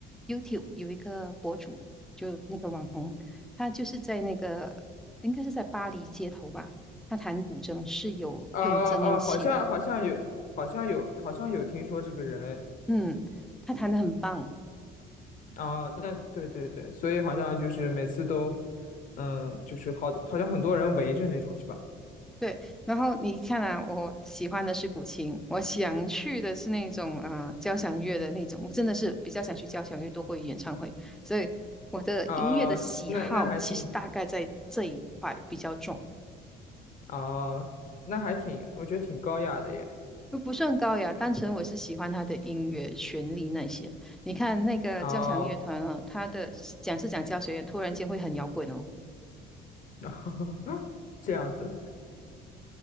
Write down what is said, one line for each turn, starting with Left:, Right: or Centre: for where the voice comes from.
Centre: YouTube 有一个博主，就那个网红，他就是在那个应该是在巴黎街头吧，他弹古筝是有用增音器的，
Left: 呃呃，好像好像有，好像有，好像有听说这个人。
Centre: 嗯，他弹的很棒，
Left: 啊，那对对对，所以好像就是每次都，嗯，就是好，好像很多人围着那种，是吧？
Centre: 对，然后你看啊，我喜欢的是古琴，我想去的是那种啊、呃交响乐的那种，我真的是比较想去交响乐多过于演唱会，所以我的音乐的喜好其实大概在这一块比较重，
Left: 啊，那那还挺啊，那还挺，我觉得挺高雅的耶。
Centre: 又不算高雅，单纯我是喜欢他的音乐旋律那些。你看那个交响乐团啊，
Left: 啊，
Centre: 他的讲是讲交响乐，突然间会很摇滚哦。
Left: <laughs> 这样子